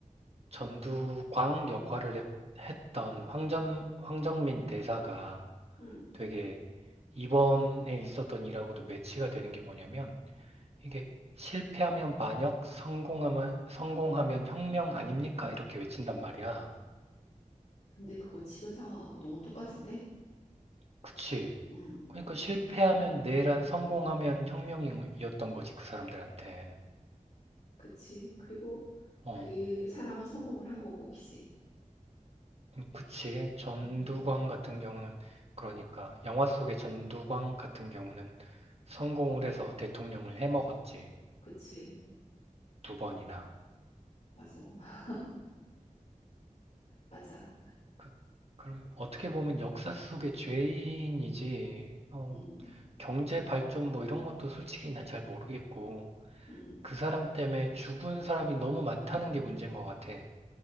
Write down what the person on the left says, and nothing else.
응.
근데 그거 지금 상황하고 너무 똑같은데?
응,
그치. 그리고
그 사람은 성공을 한 거고, 그지?
음,
그치.
맞아. <laughs> 맞아.
음,
음.